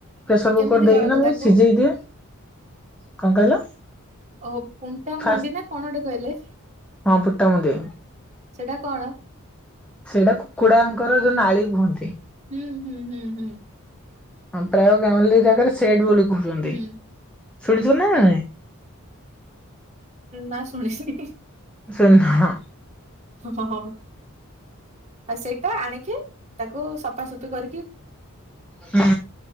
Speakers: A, in the centre; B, on the right (about 30°).
A: ପ୍ରେସର କୁକର
B: କେମିତି
A: ଦେଇକିନା
B: କର କି
A: ମୁଁ
B: ତାକୁ
A: ସିଝେଇ ଦିଏ କଣ କହିଲ
B: ଓ ପୁଣ୍ଟା ମୁଣ୍ଡି
A: ଫାଷ୍ଟ
B: ନା କଣ ଗୋଟେ କହିଲେ?
A: ହଁ ପୁଟ୍ଟା ମୁଣ୍ଡି।
B: ସେଟା କଣ?
A: ସେଇଟା କୁକୁଡାଙ୍କର ଯୋଉ ନାଳୀ କୁହନ୍ତି।
B: ହୁଁ ହୁଁ ହୁଁ ହୁଁ।
A: ହଁ ପ୍ରାୟ ଗାଉଲି ଜାଗାରେ ରେ ସେଡ ବୁଲ କହୁଛନ୍ତି
B: ହୁଁ
A: ଶୁଣିଥିବ ନାଇ ନା ନାଇଁ?
B: ନାଁ ଶୁଣି ଶୁଣିନି
A: ଶୁନ ହ
B: ହ ହଁ ହ ହ। ଆଉ ସେଇଟା ଆଣିକି? ତାକୁ ସଫାସଫି କରି
A: ହୁଁ